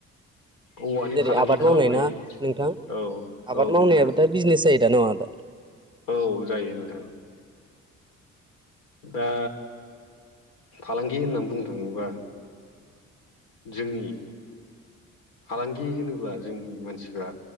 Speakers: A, on the left (about 85°); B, on the right (about 15°).
A: औवानि
B: जेरै
A: फालांगि
B: आबाद
A: खालामनो
B: मावनाय
A: हायो
B: ना नोंथां
A: औ
B: आबाद
A: औ
B: मावनायाबो
A: नोंथां
B: दा बिजनेस जायो दा नङा दा
A: औ जायो नोंथां दा फालांगि होननानै बुंनो थाङोबा जोंनि फालांगि होनोब्ला जोंनि मानसिफ्रा